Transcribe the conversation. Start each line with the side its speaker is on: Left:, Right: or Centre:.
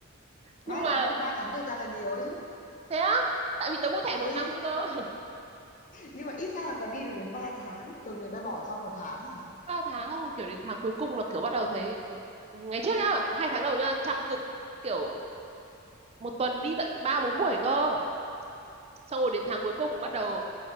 Left: ba
Right: nhưng mà
Left: tháng ui ba tháng thực ra là nhiều ấy chứ
Right: thế á tại vì tớ mua thẻ một
Left: ừ
Right: năm cơ <laughs>
Left: nhưng mà ít ra là còn đi được đến ba tháng thường người ta bỏ sau một tháng à
Right: ba tháng xong rồi kiểu đến tháng cuối cùng là kiểu bắt đầu thấy ờ, ngày trước nhá hai tháng đầu nhá chăm cực kiểu một tuần đi tận ba bốn buổi cơ xong rồi đến tháng cuối cùng bắt đầu